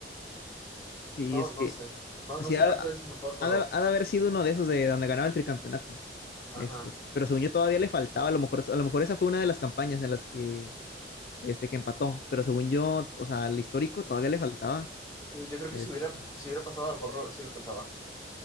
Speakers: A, on the left (about 55°); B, on the left (about 20°).
A: Sí,
B: No,
A: es que
B: no sé. No,
A: así
B: no sé
A: ha,
B: cuál fue el mejor, pero
A: ha de ha de haber sido uno de esos de donde ganaba el tricampeonato.
B: ajá.
A: Este, pero según yo todavía le faltaba, a lo mejor, a lo mejor esa fue una de las campañas en las que, este, que empató, pero según yo, o sea, al histórico todavía le faltaba.
B: Y yo creo que
A: Este,
B: si hubiera, si hubiera pasado, a lo mejor lo- sí lo alcanzaba.